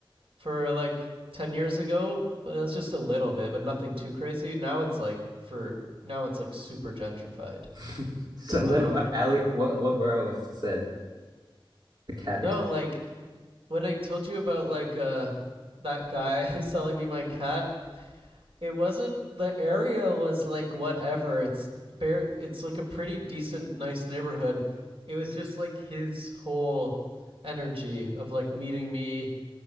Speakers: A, on the right; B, on the right.
A: for like ten years ago, but that's just a little bit, but nothing too crazy. Now it's like for now it's like super gentrified.
B: <laughs> So then,
A: Um,
B: what alley? What what borough was this in? The cat.
A: no,
B: Ex-
A: like when I told you about like uh that guy <laughs> selling me my cat, it wasn't the area was like whatever. It's bare it's like a pretty decent nice neighborhood. It was just like his whole energy of like meeting me